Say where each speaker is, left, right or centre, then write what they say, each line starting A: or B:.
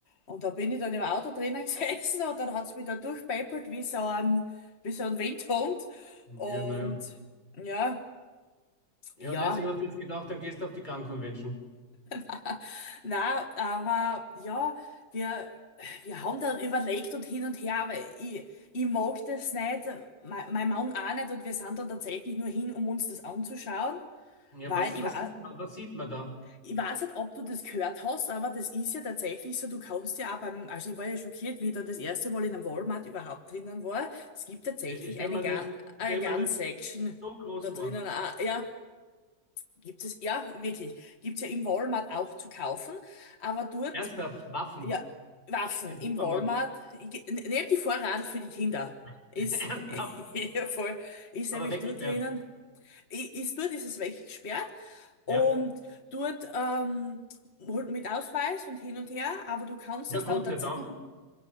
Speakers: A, on the left; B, on the left.
A: Und da bin ich dann im Auto drinnen <laughs> gesessen und dann hat's mich da durchpäppelt wie so ein, wie so ein Windhund
B: Ja,
A: und
B: naja. Ja,
A: ja,
B: Ja,
A: ja.
B: und deswegen hast du jetzt gedacht, dann gehst du auf die Gun Convention.
A: <laughs> Na, aber ja, wir, wir haben dann überlegt und hin und her, aber ich, ich mag das nicht, mein, mein Mann auch nicht und wir sind dann tatsächlich nur hin, um uns das anzuschauen,
B: Ja,
A: weil
B: was,
A: ich
B: was
A: war,
B: sieht man, was sieht man da?
A: ich weiß nicht, ob du das gehört hast, aber das ist ja tatsächlich so, du kannst ja auch beim, also ich war ja schockiert, wie ich dann das erste Mal in einem Walmart überhaupt drinnen war. Es gibt tatsächlich
B: Ja, ich stelle
A: eine
B: mir
A: Gun,
B: das, ich
A: eine
B: stell
A: Gun
B: mir das
A: Section
B: so groß
A: da
B: vor.
A: drinnen, auch. ja, gibt es, ja, wirklich, gibt's ja im Walmart auch zu kaufen. Aber dort
B: Ernsthaft, Waffen
A: ja, Waffen
B: im
A: im
B: Supermarkt.
A: Walmart. Ge- Nehmt die Vorrat für die Kinder.
B: <laughs>
A: Ist
B: Ernsthaft,
A: <laughs> ja, voll, ist
B: aber
A: nämlich
B: weggesperrt.
A: dort drinnen. I- Ist dort ist es weggesperrt und
B: Ja,
A: dort ähm, holt mit Ausweis und hin und her, aber du kannst
B: ja,
A: das
B: Gott
A: dann tats
B: sei Dank.